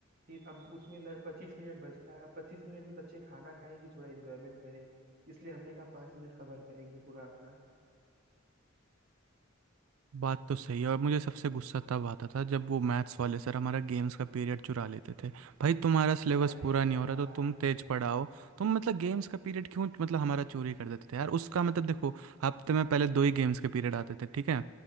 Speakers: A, on the right; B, on the right.
A: फिर अब उसमें पच्चीस मिनट बचता है अब पच्चीस मिनट में बच्चे खाना खाएं कि थोड़ा एंजॉयमेंट करें इसलिए हमने कहा पाँच मिनट कवर करेंगे पूरा अपना
B: बात तो सही है और मुझे सबसे गुस्सा तब आता था जब वो मैथ्स वाले सर हमारा गेम्स का पीरियड चुरा लेते थे भाई तुम्हारा सिलेबस
A: अरे
B: पूरा नहीं हो
A: यार
B: रहा तो तुम तेज पढ़ाओ तुम मतलब गेम्स का पीरियड क्यों मतलब हमारा चोरी कर देते थे यार उसका मतलब देखो हफ्ते में पहले दो ही गेम्स के पीरियड आते थे ठीक है